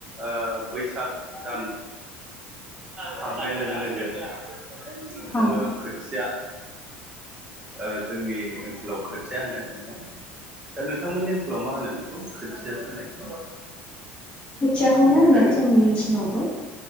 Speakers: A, on the right; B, on the left.
A: ओ बैसाग दान हाबनाय लोगो लोगो जोङो
B: औ
A: खोथिया ओ जोंनि ओनसोलाव खोथिया होनो नोंथां। दा नोंथांमोननि ओनसोलाव मा होनो बेखौ खोथिया फोनायखौ?
B: खोथियाखौनो
A: माने
B: होनो
A: जायगा
B: जोंनि ओनसोलावबो।